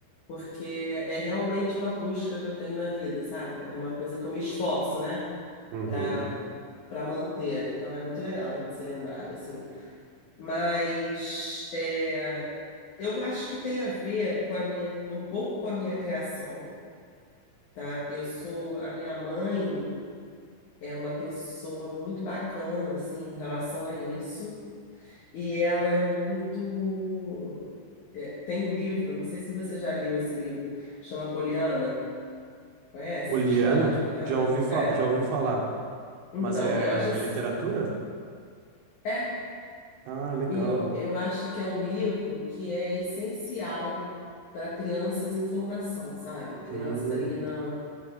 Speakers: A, on the left; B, on the right.
A: porque é realmente uma busca que eu tenho na vida, sabe? É uma coisa que eu me esforço, né,
B: Uhum.
A: pra, pra manter. Então é muito legal a gente ser lembrado, assim. Mas. é, Eu acho que tem a ver com a minha, um pouco com a minha criação, tá? Eu sou, a minha mãe é uma pessoa muito bacana, assim, em relação a isso, e ela é muito, é, tem um livro, não sei se você já leu esse livro, chama Poliana, conhece
B: Oliana,
A: a história de Poliana?
B: já ouvi, fa-
A: É,
B: já ouvi falar,
A: então,
B: mas é,
A: eu acho, ass-
B: é literatura?
A: é,
B: Ah, legal.
A: e eu, eu acho que é um livro que é essencial para crianças em formação, sabe? Crianças
B: Hum,
A: ali na